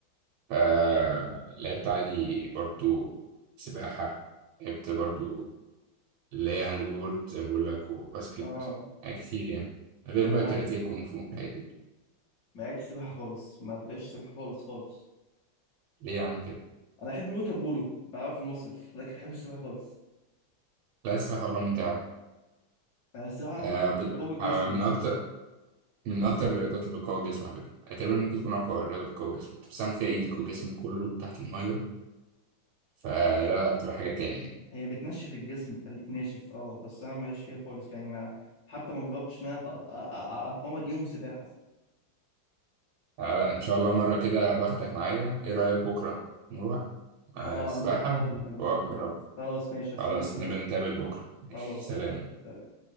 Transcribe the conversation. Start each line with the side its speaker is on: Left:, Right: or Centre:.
Right: فلعبت عادي برضو سباحة لعبت برضو اللي هي هاند بول زي ما بقول لك وباسكت
Left: اه
Right: حاجات كتير يعني غير بقى
Left: انا
Right: كاراتيه وكونغ فو الحاجات دي
Left: ما لعبتش سباحه خالص ما بتبقاش سباحه خالص خالص
Right: ليه يا عم كده؟
Left: انا احب الوتر بولو بعرف المصيف لكن احب السباحه خالص
Right: لا السباحة ولا ممتعة
Left: انا السباحه على
Right: آه
Left: فكره بتقو-
Right: ب...
Left: بتقوي الجسم
Right: آه من
Left: بجد؟
Right: أكتر من أكتر الرياضات اللي بتقوي الجسم على فكرة يعني تقريبا ممكن تكون أقوى رياضة بتقوي الجسم أنت بتستعمل فيها إيدك وجسمك كله تحت المية فلا لا بتبقى حاجة تاني
Left: هي بتنشف الجسم بتخليك ناشف اه بس انا ماليش فيها خالص يعني ما حتى ما جربتش ان انا أت- أت- أ- أ- اتمرن يوم سباحه
Right: آه لا إن شاء الله مرة كده باخدك معايا إيه رأيك بكرة نروح آه
Left: اه
Right: السباحة
Left: انا بكره فاضي انا بكره
Right: وأجرب
Left: فاضي خلاص ماشي هستناك
Right: خلاص
Left: بكره
Right: نبقى نتقابل بكرة ماشي
Left: خلاص
Right: سلام
Left: قشطه سلام.